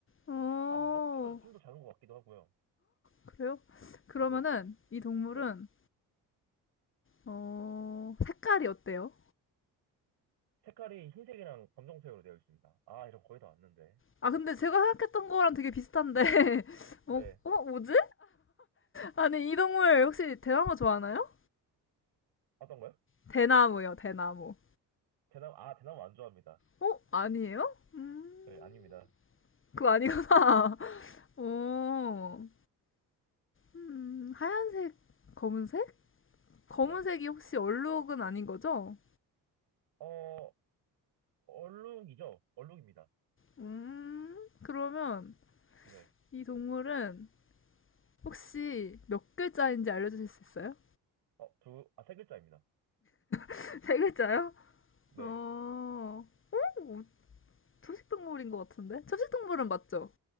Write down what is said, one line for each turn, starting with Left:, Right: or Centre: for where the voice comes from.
Left: 어,
Right: 아닌가? 좀 더, 좀 더 작은 것 같기도 하고요.
Left: 그래요? 그러면은
Right: 네,
Left: 이 동물은,
Right: 네.
Left: 어, 색깔이 어때요?
Right: 색깔이 흰색이랑 검정색으로 되어 있습니다. 아, 이런 거 거의 다 왔는데.
Left: 아, 근데 제가 생각했던 거랑 되게 비슷한데, <laughs>
Right: 네.
Left: 어, 어, 뭐지? 아니, 이 동물 혹시 대나무 좋아하나요?
Right: 어떤가요?
Left: 대나무요, 대나무.
Right: 대나무, 아, 대나무 안 좋아합니다.
Left: 어? 아니에요? 음,
Right: 네, 아닙니다.
Left: 그거 아니구나. <laughs> 어, 음, 하얀색, 검은색? 검은색이
Right: 네.
Left: 혹시 얼룩은 아닌 거죠?
Right: 어, 얼룩이죠? 얼룩입니다.
Left: 음, 그러면
Right: 네.
Left: 이 동물은 혹시 몇 글자인지 알려주실 수 있어요?
Right: 어, 두, 아, 세 글자입니다.
Left: <laughs> 세 글자요?
Right: 네.
Left: 어, 어, 초식동물인 것 같은데? 초식동물은 맞죠?